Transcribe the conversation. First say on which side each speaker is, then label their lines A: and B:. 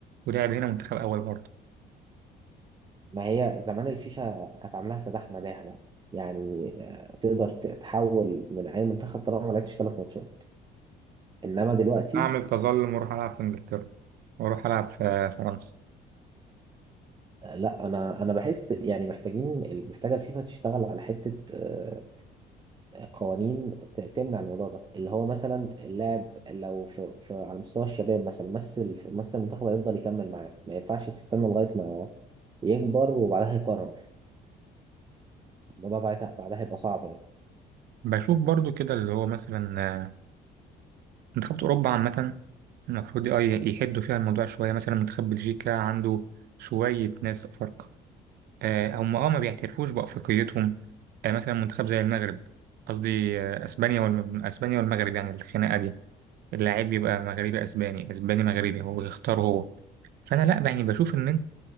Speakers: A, on the right (about 70°); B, on the right (about 25°).
A: ولعب هنا منتخب اول برضه
B: ما هي زمان الفيفا كانت عاملاها سداح مداح بقى يعني آه، تقدر ت- تحول من أي منتخب طالما ما لعبتش ثلاث ماتشات إنما دلوقتي
A: أعمل تظلم وأروح ألعب في إنجلترا وأروح ألعب في فرنسا
B: آه، لا أنا أنا بحس يعني محتاجين محتاجة الفيفا تشتغل على حتة آه، قوانين ت- تمنع الموضوع ده اللي هو مثلا اللاعب لو في, في على مستوى الشباب مثلا مثل مثل المنتخب هيفضل يكمل معاه ما ينفعش تستنى لغاية ما يكبر وبعدها يقرر الموضوع بعدها بعدها هيبقى صعب يعني
A: بشوف برضو كده اللي هو مثلا آه، منتخبات أوروبا عامة المفروض اه ي- يحدوا فيها الموضوع شوية مثلا منتخب بلجيكا عنده شوية ناس أفارقة آه، هم اه ما بيعترفوش بأفريقيتهم آه، مثلا منتخب زي المغرب قصدي آه، أسبانيا والم... أسبانيا والمغرب يعني الخناقة دي اللاعب بيبقى مغربي أسباني أسباني مغربي هو بيختار هو فأنا لأ يعني بشوف إن